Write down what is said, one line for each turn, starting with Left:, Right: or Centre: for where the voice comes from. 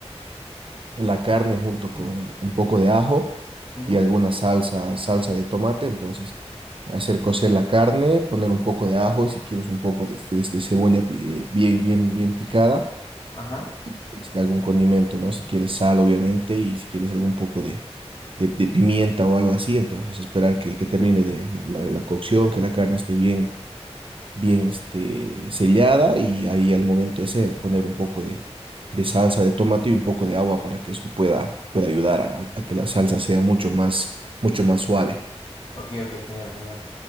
Right: la carne junto
Left: <clears throat>
Right: con un poco de ajo
Left: Ujú,
Right: y alguna salsa, salsa de tomate. Entonces, hacer cocer la carne, poner un poco de ajo y si quieres un poco de, de- de cebolla eh, bien, bien, bien picada
Left: Ajá.
Right: y este, algún condimento, ¿no? Si quieres sal, obviamente, y si quieres algún poco de, de, de pimienta o algo así. Entonces, esperar que, que termine de la, la cocción, que la carne esté bien bien este, sellada y ahí al momento ese poner un poco de, de salsa de tomate y un poco de agua para que esto pueda, pueda ayudar a, a que la salsa sea mucho más, mucho más suave.
Left: Ok, ok, genial, genial.